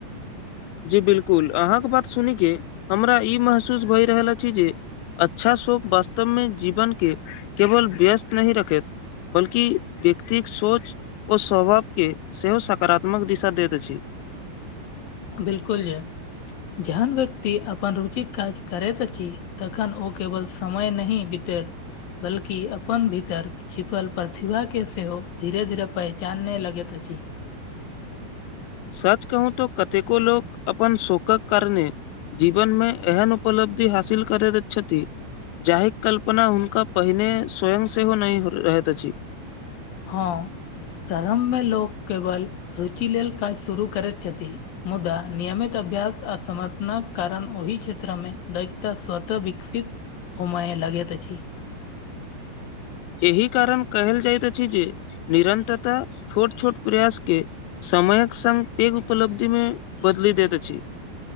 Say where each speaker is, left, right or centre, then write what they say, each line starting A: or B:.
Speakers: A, on the left; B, on the left.
A: जी बिलकुल अहाँके बात सुनि के हमरा ई महसूस भए रहल अछि जे अच्छा शोक वास्तवमे जीवन के केवल व्यस्त नहि रखैत बल्कि व्यक्तिक सोच ओ स्वभावके सेहो सकारात्मक दिशा देत अछि
B: बिलकुल जे जेहन व्यक्ति अपन रुचिक काज करैत अछि तखन ओ केवल समय नही बितैत बल्कि अपन भीतर छिपल प्रतिभा के सेहो धीरे धीरे पहचान नहि लगैत अछि
A: सच कहू तो कतेको लोक अपन शोकक करने जीवन मे एहन उपलब्धि हासिल करैत छथि। जाहि कल्पना हुनका पहिने स्वयं सेहो नहि रहैत अछि।
B: हँ प्रारम्भ मे लोक केवल रुचि लेल काज शुरू करैत छथि। मुदा नियमित अभ्यास आ समर्थना कारण ओहि क्षेत्र मे दायित्त स्वत विकसित हूमए लगैत अछि
A: एहि कारण केहल जाइत अछि जे निरन्तता छोट छोट प्रयास के समयक सङ्ग पेघ उपलब्धि मे बदलि देत अछि।